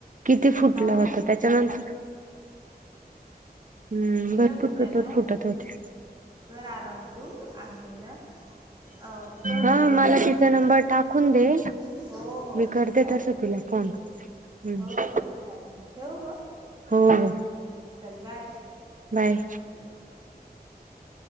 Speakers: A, on the right; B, on the right.
A: किती फुटला
B: जाऊ दे
A: होता. त्याच्यानंतर- हम्म.
B: मी
A: भरपूर
B: काय म्हणते
A: पेपर
B: आता
A: फुटत होते.
B: कर आराम तू आणि ना- अ कर उद्या
A: हा
B: तिला
A: मला
B: फोन
A: तिचा नंबर
B: हा
A: टाकून दे-
B: हो हो
A: मी करते
B: चालेल
A: तस तिला फोन. हम्म
B: हो हो चालेल. ठेवू म?
A: हो हो.
B: चल बाय.
A: बाय.
B: ह